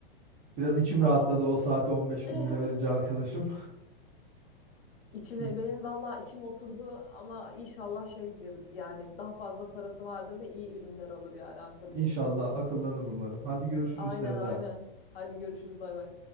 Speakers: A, on the right; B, on the left.
A: Biraz içim
B: Tamam.
A: rahatladı o saate 15
B: <laughs>
A: bin lira verince arkadaşım.
B: İçine
A: <laughs>
B: benim vallahi içim oturdu ama inşallah şeydir yani daha fazla parası vardır ve iyi ürünler alır yani arkadaşın.
A: İnşallah akıllanır umarım. Hadi görüşürüz
B: Aynen
A: Sevda.
B: aynen. Hadi görüşürüz bay bay.